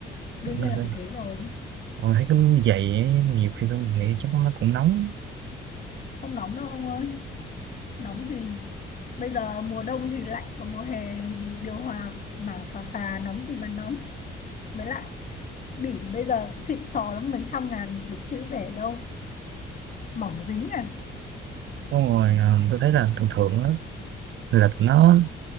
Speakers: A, on the left (about 40°); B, on the right (about 70°).
A: đương nhiên
B: nó
A: là
B: sẽ
A: phải thế rồi
B: tôi thấy cái giày ấy, nhiều khi tôi nghĩ chắc nó cũng nóng
A: không nóng đâu ông ơi nóng gì bây giờ mùa đông thì lạnh còn mùa hè thì điều hòa mà phà phà nóng gì mà nóng mới lại bỉm bây giờ xịn sò lắm mấy trăm ngàn được chữ rẻ đâu mỏng dính à
B: xong rồi ờ, tôi thấy là thường thường á là tụi nó